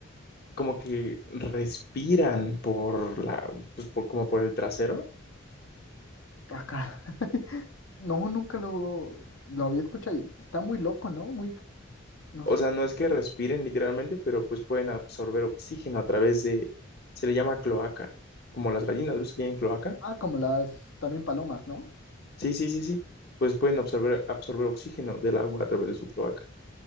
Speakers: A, on the left; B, on the left.
A: como que respiran por la, pues por, como por el trasero?
B: Acá. <laughs> No, nunca lo, lo había escuchado y está muy loco, ¿no? Muy, no
A: O
B: sé.
A: sea, no es que respiren literalmente, pero pues pueden absorber oxígeno a través de, se le llama cloaca, como las gallinas, ¿ves que tienen cloaca?
B: Ah, como las también palomas, ¿no?
A: Sí, sí, sí, sí. Pues pueden absorber, absorber oxígeno del agua a través de su cloaca.